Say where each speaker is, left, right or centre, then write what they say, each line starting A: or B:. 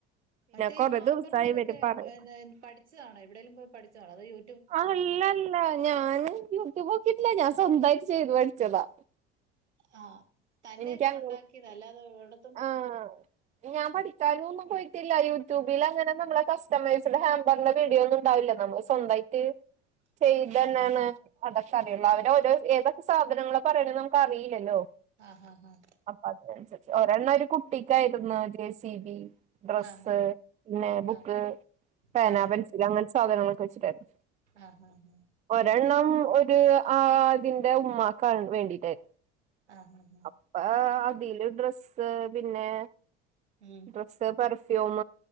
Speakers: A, on the right; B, on the right.
A: മറ്റേ
B: കൊറേ
A: ഈ ഹാമ്പർന്റെ
B: ദിവസായി
A: ഇതൊക്കെ
B: ഇവര് പറ
A: എന്താ പഠിച്ചതാണോ എവിടെലും പോയ് പഠിച്ചാണോ അതോ യു
B: അല്ലല്ല ഞാന് യൂട്യൂബോക്കിട്ടില്ല. ഞാൻ സ്വന്തായിട്ട് ചെയ്ത് പഠിച്ചതാ.
A: ആഹ് തന്നെ
B: എനിക്കങ്ങ
A: ഉണ്ടാക്കിയതാ അല്ലാതെ എവിടത്തും
B: ആഹ് ഞാൻ പഠിക്കാനും ഒന്നും പോയിട്ടില്ല. യൂട്യൂബിൽ അങ്ങനെ നമ്മള കസ്റ്റമൈസ്ഡ് ഹാമ്പർന്റെ വീഡിയോ ഒന്നും ഉണ്ടാവില്ല നമ്മ സ്വന്തായിട്ട്
A: <inaudible>
B: ചെയ്തന്നാണ്
A: ആഹ്
B: അതൊക്കെ അറിയുള്ളൂ അവര് ഓരോ ഏതൊക്കെ സാധനങ്ങളാ പറയണ നമുക്ക് അറിയില്ലല്ലോ?
A: ആഹ് ആഹ് ആഹ്
B: അപ്പൊ അതിനൻസര്ച്ച് ഒരെണ്ണം അയ്ല് കുട്ടിക്കായിരുന്നു ജെ സി ബി ഡ്രസ്സ്
A: ആഹ്
B: പിന്നെ ബുക്ക്,
A: ആഹ്
B: പേന,
A: ആഹ്
B: പെൻസില് അങ്ങൻത്തെ സാധനങ്ങളൊക്കെ വെച്ചിട്ടായിരുന്നു.
A: ആഹ് ആഹ് ആഹ്
B: ഒരെണ്ണം ഒരു ആതിന്റെ ഉമ്മാക്ക വേണ്ടീട്ടായി
A: ആഹ് ആഹ്
B: അപ്പ അതില് ഡ്രസ്സ് പിന്നെ
A: ഉം
B: ഡ്രസ്റ്റ്, പെർഫ്യൂം,